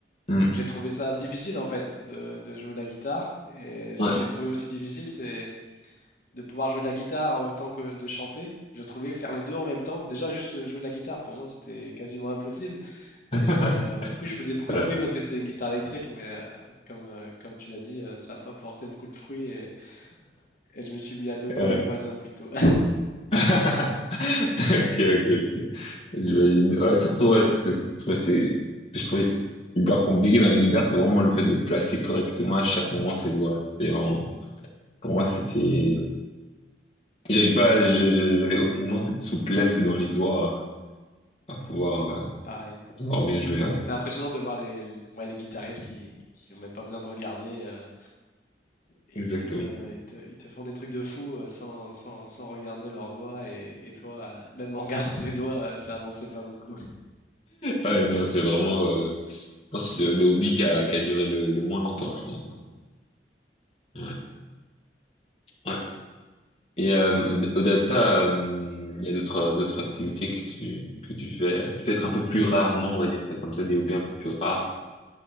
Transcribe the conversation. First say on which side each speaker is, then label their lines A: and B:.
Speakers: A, on the left; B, on the left.
A: Hmm.
B: j'ai trouvé ça difficile en fait de, de jouer de la guitare. Et ce
A: Ouais.
B: que j'ai trouvé aussi difficile, c'est de pouvoir jouer de la guitare en même temps que de chanter. Je trouvais faire les deux en même temps. Déjà, juste euh, jouer de la guitare, pour moi, c'était quasiment impossible.
A: <laughs>
B: Et euh, du coup, je faisais beaucoup
A: Ouais.
B: de bruit parce que c'était une guitare électrique, mais euh, comme, euh, comme tu l'as dit, euh, ça n'a pas porté beaucoup de fruits et, et je me suis mis à dos
A: <laughs>
B: tous mes voisins plutôt.
A: <laughs> Ok, ok, ok. J'imagine. Ouais, surtout, ouais, ce que, ce que c'est- ce que je trouvais hyper compliqué dans les guitares c'est vraiment le fait de placer correctement à chaque moment ses doigts. C'était vraiment, pour moi, c'était, j'avais pas, je- je- j'avais aucunement cette souplesse dans les doigts à, à pouvoir, euh,
B: Pareil.
A: pouvoir
B: Et C'est
A: bien jouer. ouais.
B: c'est impressionnant de voir les, les- ouais, les guitaristes qui, qui ont même pas besoin de regarder. euh, ils
A: Exactement.
B: te, ils te, ils te font des trucs de fou euh, sans, sans, sans regarder leurs doigts. Et, et toi, euh, même en <laughs> regardant tes doigts, euh, ça avançait pas beaucoup.
A: Ouais, non, c'est vraiment, euh, je pense, le, le hobby qui a, qui a duré le, le moins longtemps, je pense. hein. Ouais. Ouais. Et euh, au, au data, euh, il y a d'autres d'autres activités que tu que tu fais, peut-être un peu plus rarement, on va dire ça comme ça, des hobbies un peu plus rares.